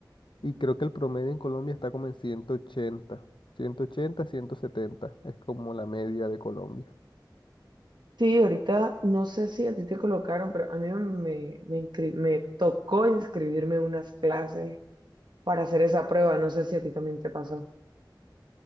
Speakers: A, on the left; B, on the right.
A: y creo que el promedio en Colombia está como en ciento ciento ochenta, ciento ochenta, ciento setenta es como la media de Colombia.
B: Sí, ahorita no sé si a ti te colocaron, pero a mí me, me, inscri- me tocó inscribirme en unas clases para hacer esa prueba. No sé si a ti también te pasó.